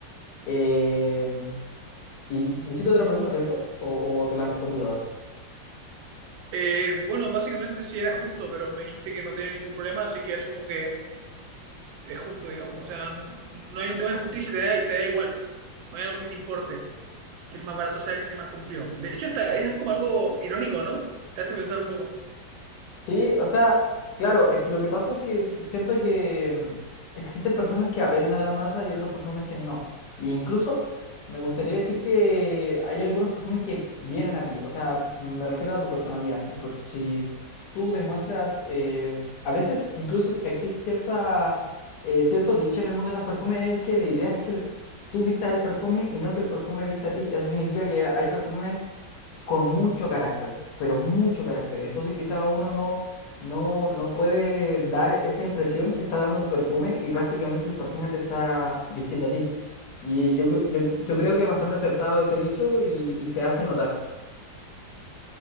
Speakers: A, on the left; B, on the right.
A: Eh, y me hiciste otra pregunta, ¿cierto? ¿O, o te la respondí todas?
B: Eh, bueno, básicamente sí era justo, pero me dijiste que no tiene ningún problema, así que asumo que es justo, digamos. O sea, n- no hay un tema de justicia, te da, te da igual. No hay algo que te importe, que el más barato sea el que te más cumplió. De hecho, hasta es como algo irónico, ¿no? Te hace pensar un poco.
A: Sí, o sea, claro, es que lo que pasa es que si- siento que mm, existen perfumes que apelan a la masa y otros perfumes que no. E incluso me gustaría decir que hay algunos perfumes que vienen a ti, o sea, me refiero a tu personalidad. Si tú, si tú demuestras, eh, a veces incluso s- existe cierta, eh, cierto dicho en el mundo de los perfumes, es que la idea es que el- tú vistas el perfume y no que el perfume vista a ti. Eso significa que hay perfumes con mucho carácter, pero mucho carácter. Entonces quizá uno no, no, no puede dar esa impresión que está dando tu perfume y prácticamente el perfume te está vistiendo a ti. Y yo, cre- yo, yo creo que es bastante acertado ese dicho y, y se hace notar.